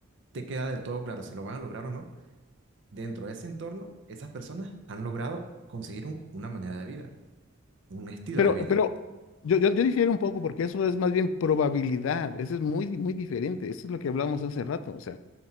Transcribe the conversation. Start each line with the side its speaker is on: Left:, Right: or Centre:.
Right: te queda del todo claro si lo van a lograr o no, dentro de ese entorno, esas personas han logrado conseguir un- una manera de vida, un estilo
Left: Pero,
Right: de vida.
Left: pero yo, yo, yo difiero un poco porque eso es más bien probabilidad, eso es muy, di- muy diferente, eso es lo que hablábamos hace rato, o sea,